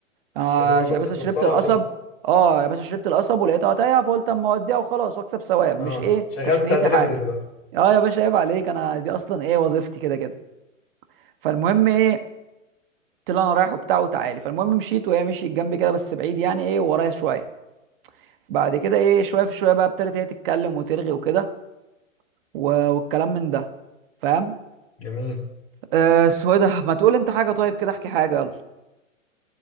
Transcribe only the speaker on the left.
يا دوبك
بس
توصلها
وشكرا
اه
شغال
بتاع
دليفري
دلوقتي
جميل